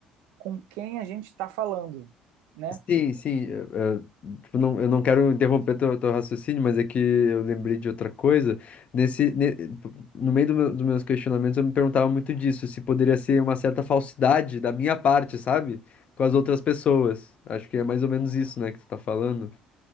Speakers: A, on the right (about 90°); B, on the left (about 45°).
A: com quem a gente está falando, né?
B: Sim, sim. Eu, eu, tipo, não, eu não quero interromper teu, teu raciocínio, mas é que eu lembrei de outra coisa. Nesse, ne- tipo, no meio do meu- dos meus questionamentos, eu me perguntava muito disso, se poderia ser uma certa falsidade da minha parte, sabe? Com as outras pessoas. Acho que é mais ou menos isso, né, que tu tá falando.